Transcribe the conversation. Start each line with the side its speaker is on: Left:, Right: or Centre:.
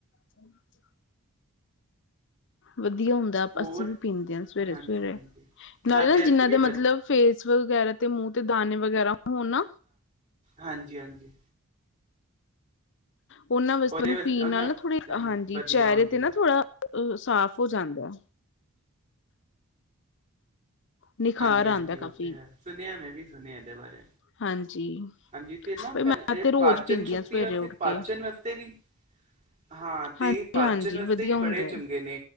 Left: ਚ। <unintelligible> ਵਦੀਆ ਹੁੰ
Right: ਹੋਰ
Left: ਅੱਸੀ ਵੀ ਪੀਂਦੇ ਆ ਸਵੇਰੇ
Right: ਹਾਂਜੀ
Left: ਸਵੇਰੇ
Right: ਹਾਂਜੀ
Left: ਨਾਲੇ
Right: ਸਾਡੇ
Left: ਨਾ ਜਿੰਨਾ
Right: ਇੱਥੇ ਵੀ
Left: ਦੇ ਮਤਲਬ ਫੇਸ ਵਗੈਰਾ ਤੇ ਮੂੰਹ ਤੇ ਦਾਨੇ ਵਗੈਰਾ ਹੋਨ ਨਾ
Right: ਹਾਂਜੀ-ਹਾਂਜੀ।
Left: ਉਹਨਾਂ ਵਸਤੇ
Right: ਉਹਦੇ
Left: ਨੂੰ
Right: ਵਾਸਤੇ
Left: ਪੀਨ
Right: ਉਹਨਾਂ
Left: ਨਾਲ ਨਾ ਥੋੜੇ
Right: ਵੀ
Left: ਹਾਂਜੀ
Right: ਵਧੀਆ
Left: ਚਿਹਰੇ
Right: ਹੁੰਦੀ
Left: ਤੇ ਨਾ
Right: ਹੈ
Left: ਥੋੜ੍ਹਾ ਅ ਸਾਫ਼ ਹੋ ਜਾਂਦਾ ਨਿਖਾਰ
Right: ਹਾਂਜੀ
Left: ਆਉਂਦਾ
Right: ਹਾਂਜੀ ਉਹ
Left: ਕਾਫ਼ੀ
Right: ਤੇ ਹੈ, ਸੁਣਿਆ ਮੈਂ ਵੀ ਸੁਣਿਆ ਇਹਦੇ ਬਾਰੇ
Left: ਹਾਂਜੀ
Right: ਹਾਂਜੀ ਤੇ ਨਾ
Left: ਬਈ ਮੈਂ
Right: ਇਹ
Left: ਤੇ ਰੋਜ਼
Right: ਪਾਚਨ
Left: ਪੀਂਦੀ
Right: ਸ਼ਕਤੀ
Left: ਹਾਂ ਸਵੇਰੇ
Right: ਆਸਤੇ
Left: ਉੱਠ
Right: ਪਾਚਨ
Left: ਕੇ
Right: ਵਾਸਤੇ ਵੀ ਹਾਂ ਤੇ
Left: ਹਾਂਜੀ
Right: ਇਹ ਪਾਚਨ
Left: ਹਾਂਜੀ
Right: ਵਾਸਤੇ
Left: ਵਧੀਆ
Right: ਵੀ
Left: ਹੁੰਦਾ
Right: ਬੜੇ
Left: ਹੈ
Right: ਚੰਗੇ ਨੇ